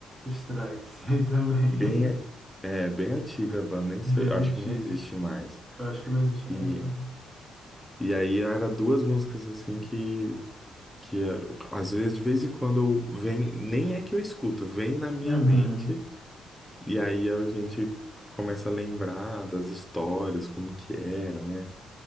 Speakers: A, on the right; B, in the centre.
A: Strike, sei também.
B: Bem, é bem antiga a banda,
A: <laughs>
B: nem
A: Bem
B: sei, acho
A: antigo.
B: que não existe mais.
A: Eu acho que não existe
B: E,
A: mais também.
B: e aí era duas músicas assim que que é, às vezes, de vez em quando, eu vem, nem é que eu escuto, vem na minha
A: Uhum.
B: mente, e aí a gente começa a lembrar das histórias, como que era, né?